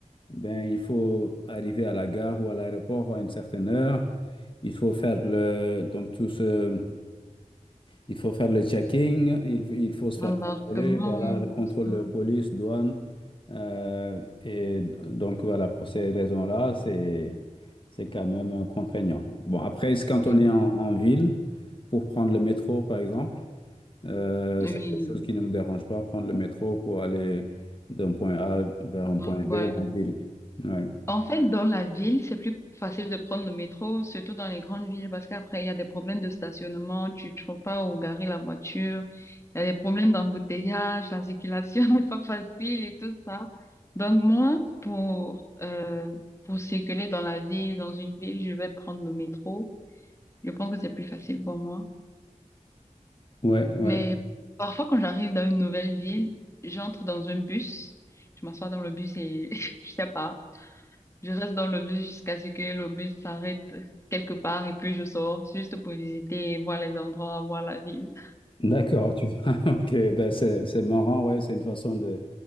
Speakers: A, on the left; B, on the left.
A: Ben, il faut arriver à la gare ou à l'aéroport à une certaine heure. Il faut faire le, donc tout ce, il faut faire le checking. Il, il faut se
B: L'embarquement,
A: faire contrôler. Voilà, le contrôle
B: tout ça.
A: de police, douane. Euh, et donc voilà, pour ces raisons-là, c'est, c'est quand même contraignant. Bon, après, c'est quand
B: Exact.
A: on est en, en ville, pour prendre le métro, par exemple, euh,
B: Oui.
A: c'est quelque chose qui ne me dérange pas, prendre le métro pour aller d'un point A vers un
B: Donc,
A: point B
B: point.
A: en ville. Ouais.
B: En fait, dans la ville, c'est plus facile de prendre le métro, surtout dans les grandes villes, parce qu'après, il y a des problèmes de stationnement, tu ne trouves pas où garer la voiture, il y a des problèmes d'embouteillage, la circulation <laughs> n'est pas facile et tout ça. Donc, moi, pour, euh, pour circuler dans la ville, dans une ville, je vais prendre le métro. Je pense que c'est plus facile pour moi.
A: Oui, oui.
B: Mais parfois, quand j'arrive dans une nouvelle ville, j'entre dans un bus, je m'assois dans le bus et <laughs> je sais pas, je reste dans le bus jusqu'à ce que le bus s'arrête quelque part et puis je sors juste pour visiter, et voir les endroits, voir la ville.
A: D'accord, tu... <laughs> ok, ben c'est c'est marrant, ouais, c'est une façon de,